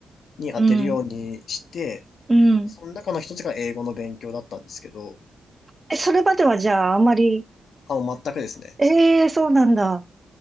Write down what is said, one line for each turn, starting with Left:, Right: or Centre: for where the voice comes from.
Left: に当てるようにして、
Right: うん。うん。
Left: その中の一つが英語の勉強だったんですけど、
Right: え、それまではじゃあ、あまり、
Left: あ、もう全くですね。
Right: ええー、そうなんだ。